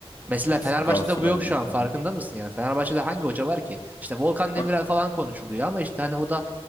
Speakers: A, on the right; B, on the left.
A: Mesela
B: Eski
A: Fenerbahçe'de
B: Galatasaraylı.
A: bu yok şu an
B: Hı
A: farkında
B: hı.
A: mısın yani? Fenerbahçe'de hangi hoca var ki? İşte Volkan Demirel
B: Bak
A: falan konuşuluyor ama işte hani o da